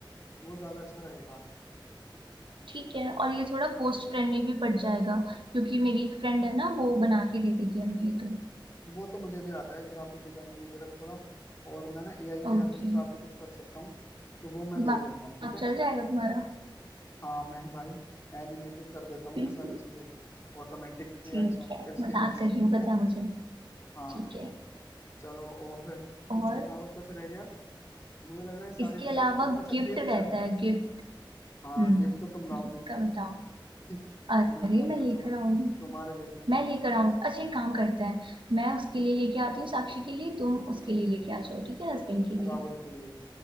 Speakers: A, on the left (about 30°); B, on the right (about 75°).
A: वो ज्यादा अच्छा रहेगा
B: ठीक है और ये थोड़ा कोस्ट फ्रेंडली भी पड़ जाएगा क्योंकि मेरी एक फ्रेंड है ना वो बना के दे देगी हमें ये तो
A: वो तो मुझे भी आता है ग्राफिक डिजाइनिंग वगैरह थोड़ा और मैं ना एआई के
B: ओके
A: हेल्प से काफी कुछ कर सकता हूँ तो वो मैं
B: दिमाग
A: देख लूंगा ठीक है
B: चल जाएगा तुम्हारा
A: हाँ मैं भाई एनिमेटेड कर देता हूँ
B: <laughs>
A: मैं सारी चीजें ऑटोमेटिक एआई
B: ठीक
A: सॉफ्टवेयर
B: है मजाक
A: की हेल्प
B: कर
A: से
B: रही
A: ठीक
B: हूँ पता
A: है
B: है मुझे
A: हाँ
B: ठीक है
A: चलो और
B: और
A: इसके अलावा कुछ रह गया मुझे लग रहा है सारी
B: इसके
A: चीजें
B: अलावा
A: हमने कर दी। अच्छा
B: गिफ्ट
A: गिफ्ट
B: रहता है गिफ्ट
A: हाँ
B: हम्म
A: गिफ्ट तो तुम लाओगी
B: गिफ्ट
A: नहीं
B: का बताओ
A: <laughs>
B: अरे
A: मैं ले आऊंगा
B: मैं लेकर
A: चलो
B: आऊंगी
A: तुम्हारे गिफ्ट
B: मैं लेकर आऊंगी अच्छा एक काम करता है मैं उसके लिए लेके आती हूँ साक्षी के लिए तुम उसके लिए लेके आ जाओ ठीक है हस्बैंड के लिए
A: राहुल के लिए